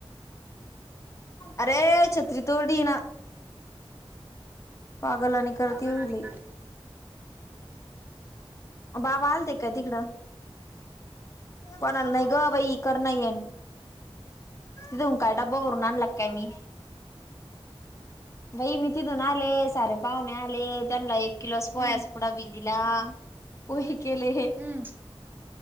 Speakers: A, on the left (about 30°); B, on the right (about 20°).
A: अरे छत्री तोडली हीन पागलानी करती
B: नाना
A: होई
B: नाणी
A: लई
B: कर
A: बाबा आलते का तिकडं पणाला नाही ग बाई कर नाही येन घेऊन काय डब्बा भरून आणला काय मी बाई मी तिथे तिथून आले सारे पाहुणे आले त्यांना एक किलोस पोयाचा
B: हम्म
A: पुढा भि दिला. पोहे केले
B: हम्म